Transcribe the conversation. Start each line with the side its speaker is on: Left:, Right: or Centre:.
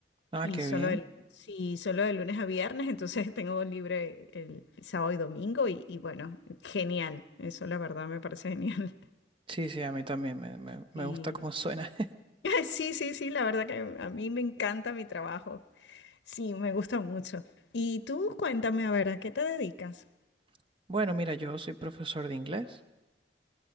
Right: Ah,
Left: Y
Right: qué
Left: solo
Right: bien.
Left: el, sí, solo de lunes a viernes, entonces <laughs> tengo libre el sábado y domingo y, y bueno, genial. Eso la verdad me parece genial.
Right: Sí, sí, a mí también me, me, me
Left: Sí.
Right: gusta cómo
Left: <laughs>
Right: suena.
Left: Sí, sí, sí, la verdad que a mí me encanta mi trabajo. Sí, me gusta mucho. Y tú cuéntame, a ver, ¿a qué te dedicas?
Right: <laughs> Bueno, mira, yo soy profesor de inglés